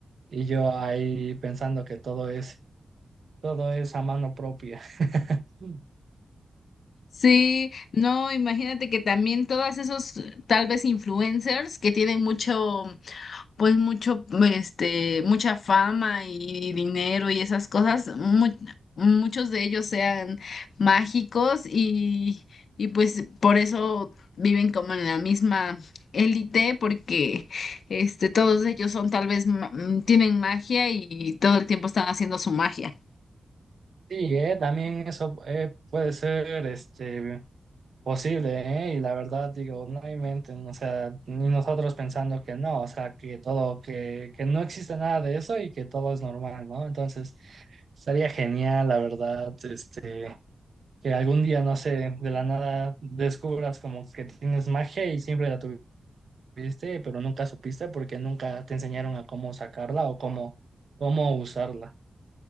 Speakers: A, on the right (about 65°); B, on the left (about 75°).
A: Y yo ahí pensando que todo es, todo es a mano propia. Sí,
B: Sí, no, imagínate que también todos esos tal vez influencers que tienen mucho pues mucho, este, mucha fama y dinero y esas cosas, mu- muchos de ellos sean mágicos y, y pues por eso viven como en la misma élite, porque este, todos ellos son tal vez, ma- mm, tienen magia y todo el tiempo están haciendo su magia.
A: eh, también eso eh, puede ser este. Posible, ¿eh? Y la verdad, digo, no inventen, o sea, ni nosotros pensando que no, o sea, que todo, que, que no existe nada de eso y que todo es normal, ¿no? Entonces, estaría genial, la verdad, este, que algún día, no sé, de la nada descubras como que tienes magia y siempre la tuviste, pero nunca supiste porque nunca te enseñaron a cómo sacarla o cómo, cómo usarla.